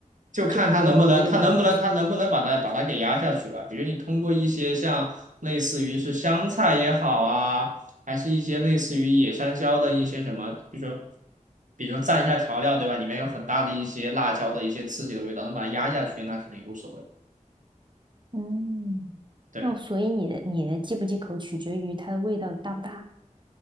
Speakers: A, on the right (about 70°); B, on the right (about 35°).
A: 就看它能不能，
B: 这你又可以了。
A: 它能不能，它能不能把它把它给压下去吧。比如你通过一些像类似于是香菜也好啊，还是一些类似于野山椒的一些什么，比如说，比如说蘸一下调料，对吧？里面有很大的一些辣椒的一些刺激的味道，能把它压下去，那肯定无所谓。
B: <laughs> 嗯，
A: 对。
B: 那所以你的你的忌不忌口取决于它的味道大不大。